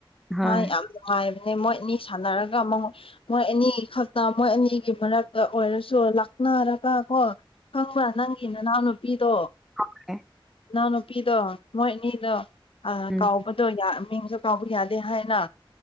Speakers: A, in the centre; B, on the left.
A: ꯍꯣꯏ
B: ꯍ ꯌꯥꯝ ꯃꯣꯏ ꯑꯅꯤ ꯁꯥꯟꯅꯔꯒ ꯃꯣꯏ ꯑꯅꯤ ꯈꯛꯇ ꯃꯣꯏ ꯑꯅꯤꯒꯤ ꯃꯔꯛꯇ ꯑꯣꯏꯔꯁꯨ ꯂꯥꯛ ꯅꯥꯔꯒ ꯀꯣ ꯈꯪꯕ꯭ꯔꯥ ꯅꯪꯒꯤ ꯅꯅꯥꯎꯅꯨꯄꯤꯗꯣ
A: ꯑꯣꯦ
B: ꯏꯅꯥꯎꯅꯨꯄꯤꯗꯣ ꯃꯣꯏꯅꯤꯗꯣ
A: ꯎꯝ
B: ꯀꯥꯎꯕꯗꯣ ꯃꯤꯡꯁꯨ ꯀꯥꯎꯕ ꯌꯥꯗꯦ ꯍꯥꯏꯅ